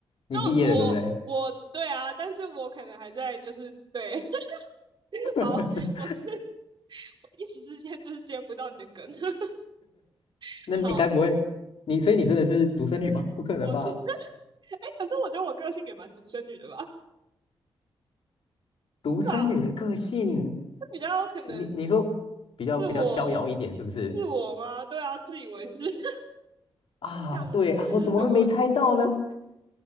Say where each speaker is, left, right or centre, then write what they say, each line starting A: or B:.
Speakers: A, on the left; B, on the right.
A: 你毕业了对不对？
B: 那我我对啊，但是我可能还在就是对，<laughs> 好，
A: <laughs>
B: 我是我一时之间就是接不到你的梗。<laughs>
A: 那你该不会你所以你真的是独生女吗？
B: 好，
A: 不可能吧？
B: 我觉哎，欸可是我觉得我个性也蛮独生女的吧，对
A: 独生女的个性
B: 吧？是比较可能
A: 是你你说比较比较逍遥一点是不是？
B: 是我是我吗？对啊，自以为是 <laughs>
A: 啊，
B: 强势什么的。
A: 对啊，我怎么会没猜到呢？